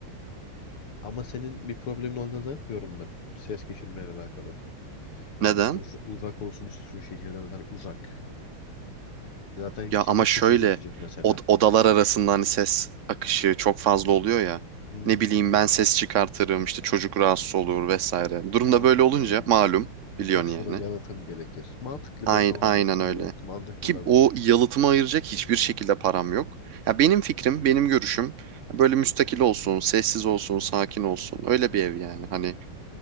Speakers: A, on the left; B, on the right.
A: Ama senin bir problemin olacağını zannetmiyorum ben. Ses geçirmeyle alakalı.
B: Neden?
A: Yani uz- uzak olsun istiyorsun şehirden zaten uzak. Zaten
B: Ya
A: kime
B: ama
A: sesin
B: şöyle
A: geçecek mesela?
B: od- odalar arasında hani ses akışı çok fazla oluyor ya.
A: Hmm,
B: Ne bileyim ben ses çıkartırım işte çocuk rahatsız olur vesaire. Durumda
A: anladım.
B: böyle olunca malum biliyorsun
A: Ekstra
B: yani.
A: yalıtım gerekir. Mantıklı
B: Aynen,
A: beton olması
B: aynen öyle.
A: evet mantıklı
B: Ki
A: olabilir.
B: o yalıtımı ayıracak hiçbir şekilde param yok. Ya benim fikrim, benim görüşüm böyle müstakil olsun, sessiz olsun, sakin olsun. Öyle bir ev yani hani.